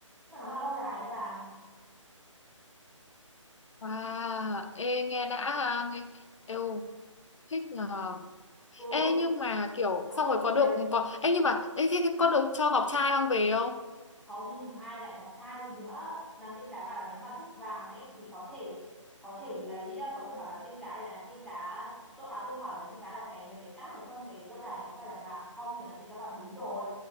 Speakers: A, in the centre; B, on the left.
A: nhưng mà nó là lâu đài nha bà
B: wow ê nghe đã ha nghe, eo thích nhờ
A: ừ
B: Ê nhưng mà kiểu
A: mà
B: xong
A: tôi
B: rồi có
A: xuống
B: được
A: đấy
B: có ê nhưng mà ê, thế, thế có được cho ngọc trai mang về không?
A: không ai lại ngọc trai gì nữa nàng tiên cá bảo là nếu mà thích vàng ấy thì có thể có thể lấy ờ, có thể bảo nàng tiên cá để nàng tiên cá tôi à tôi hỏi nàng tiên cá là cái mấy cái cát ở trong cái lâu đài này có phải là vàng không thì nàng tiên cá bảo đúng rồi